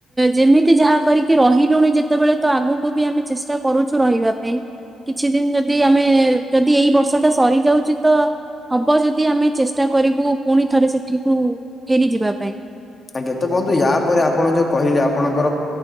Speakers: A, on the right; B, on the left.
A: ଯେମିତି ଯାହା କରିକି ରହିଲୁଣି ଯେତେବେଳେ ତ ଆଗକୁ ବି ଆମେ ଚେଷ୍ଟା କରୁଛୁ ରହିବା ପାଇଁ। କିଛି ଦିନ ଯଦି ଆମେ ଯଦି ଏଇ ବର୍ଷ ଟା ସରି ଯାଉଛି ତ ହବ ଯଦି ଆମେ ଚେଷ୍ଟା କରିବୁ ପୁଣି ଥରେ ସେଠିକୁ ଫେରିଯିବା ପାଇଁ।
B: ଆଜ୍ଞା ତ ବନ୍ଧୁ ୟା ପରେରେ ଆପଣ ଯୋଉ କହିଲେ ଆପଣଙ୍କର